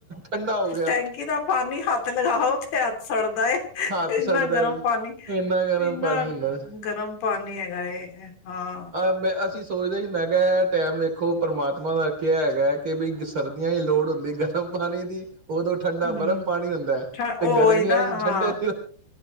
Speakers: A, on the right (about 30°); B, on the left (about 65°).
A: ਠੰਡਾ ਹੋ ਗਿਆ
B: ਟੈਂਕੀ ਦਾ ਪਾਣੀ ਹੱਥ ਲਗਾਓ ਤੇ ਹੱਥ ਸੜਦਾ ਇੰਨਾ
A: ਹੱਥ ਸੜਦਾ
B: ਗਰਮ
A: ਸੀ
B: ਪਾਣੀ
A: ਇੰਨਾ ਗਰਮ
B: ਇੰਨਾ
A: ਪਾਣੀ ਹੁੰਦਾ ਸੀ
B: ਗਰਮ ਪਾਣੀ ਹੈਗਾ ਹਾਂ
A: ਮੈਂ ਅਸੀਂ ਸੋਚਦੇ ਸੀ ਮੈਂ ਟਾਈਮ ਵੇਖੋ ਪਰਮਾਤਮਾ ਦਾ ਕਿਹਾ ਹੈਗਾ ਕਿ ਬ ਸਰਦੀਆਂ ਦੀ ਲੋੜ ਹੁੰਦੀ ਗਰਮ ਪਾਣੀ ਦੀ ਉਦੋਂ ਠੰਡਾ
B: ਹੂੰ
A: ਬਰਫ਼ ਪਾਣੀ ਹੁੰਦਾ ਹੈ ਤੇ
B: ਉਹ
A: ਗਰਮੀਆਂ
B: ਹੀ ਨਾ
A: ਚ
B: ਹਾਂ
A: ਠੰਡੇ ਚ